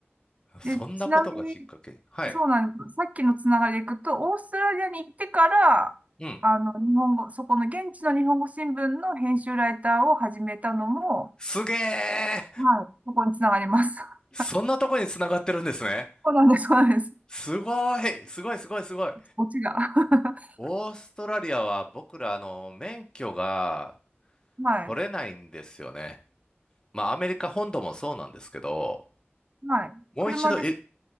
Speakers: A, on the left (about 20°); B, on the right (about 35°).
A: そんなことがきっかけに。
B: で、ちなみに、
A: はい。
B: そうなんです。さっきのつながりでいくと、オーストラリアに行ってから、
A: うん。
B: あの、日本語、そこの現地の日本語新聞の編集ライターを始めたのも、
A: すげえ。
B: はい、そこにつながります。<laughs>
A: そんなとこに繋がってるんですね。
B: そうなんです、そうなんです。
A: すごい。すごい、すごい、すごい。
B: オチが。<laughs>
A: オーストラリアは僕ら、あの、免許が
B: はい、
A: 取れないんですよね。まあ、アメリカ本土もそうなんですけど、
B: はい。
A: もう一度、
B: 車です。
A: え、